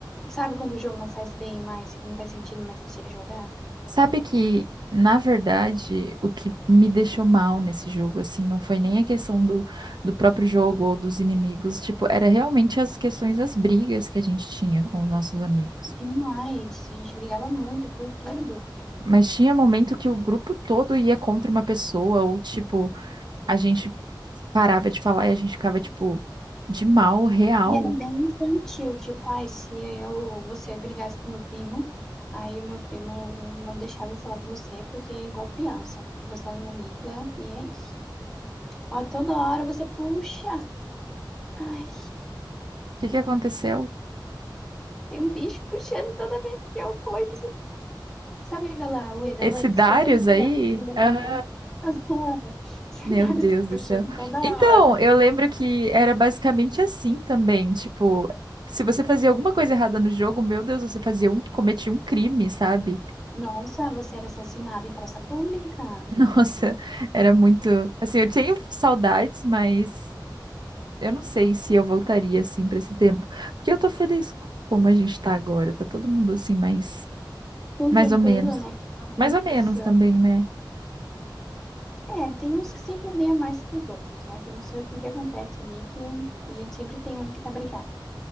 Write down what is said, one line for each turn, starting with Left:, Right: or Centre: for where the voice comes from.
Centre: sabe quando o jogo não faz bem mais e que não faz sentido mais você jogar?
Right: Sabe que, na verdade, o que me deixou mal nesse jogo, assim, não foi nem a questão do, do próprio jogo ou dos inimigos, tipo, era realmente as questões das brigas que a gente tinha com os nossos amigos.
Centre: Demais. A gente brigava muito por tudo.
Right: Mas tinha momento que o grupo todo ia contra uma pessoa, ou tipo, a gente parava de falar e a gente ficava, tipo, de mal, real.
Centre: E era
Right: O
Centre: bem infantil, tipo, ai, se eu, você brigasse com meu primo, aí o meu primo não deixava eu falar com você, porque é igual criança, tipo, você é minha amiga e é isso. Ó, toda hora você puxa. Ai,
Right: que que aconteceu?
Centre: tem um bicho puxando toda vez que eu coiso. Sabe aquela Ueda
Right: Esse
Centre: Lux?
Right: Darius
Centre: Toda vez que
Right: aí?
Centre: eu coiso,
Right: Aham.
Centre: ela <laughs> Esse
Right: Meu
Centre: cara
Right: Deus
Centre: tá
Right: do
Centre: puxando
Right: céu.
Centre: toda
Right: Então,
Centre: hora.
Right: eu lembro que era basicamente assim também, tipo, se você fazia alguma coisa errada no jogo, meu Deus, você fazia um, cometia um crime, sabe?
Centre: Nossa, você era assassinado em praça pública?
Right: <laughs> Nossa, era muito, assim, eu tenho saudades, mas eu não sei se eu voltaria assim pra esse tempo, porque eu tô feliz com como a gente tá agora, tá todo mundo assim mais
Centre: Bem
Right: mais
Centre: tranquilo,
Right: ou menos.
Centre: né? Não tem
Right: Mais
Centre: discussão.
Right: ou menos também, né?
Centre: É, tem uns que sempre odeiam mais que os outros, né? Que eu não sei o que que acontece ali, que a gente sempre tem um que tá brigado.